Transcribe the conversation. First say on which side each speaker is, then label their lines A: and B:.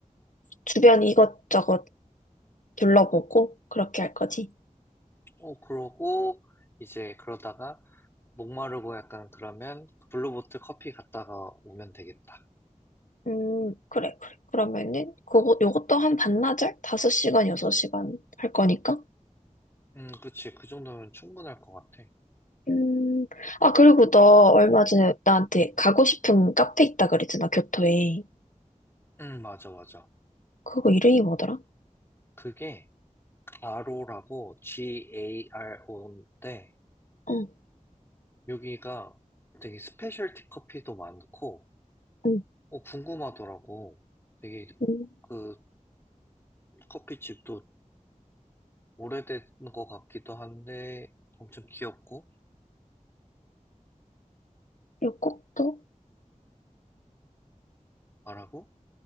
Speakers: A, on the left; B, on the left.
A: 주변 이것저것 둘러보고 그렇게 할 거지.
B: 어, 그러고, 이제, 그러다가, 목마르고 약간 그러면, 블루보틀 커피 갔다가 오면 되겠다.
A: 음, 그래, 그래. 그러면은 그거, 요것도 한 반나절? 5시간, 6시간 할 거니까?
B: 음, 그치. 그 정도면 충분할 것 같아.
A: 음, 아, 그리고 너 얼마 전에 나한테 가고 싶은 카페 있다 그랬잖아, 교토에.
B: 음, 맞아, 맞아.
A: 그거 이름이 뭐더라?
B: 그게, 가로라고, G-A-R-O인데,
A: 응,
B: 여기가 되게 스페셜티 커피도 많고,
A: 응,
B: 어, 궁금하더라고. 되게
A: 응.
B: 그 커피집도 오래된 것 같기도 한데, 엄청 귀엽고,
A: 귀엽고 또?
B: 말하고,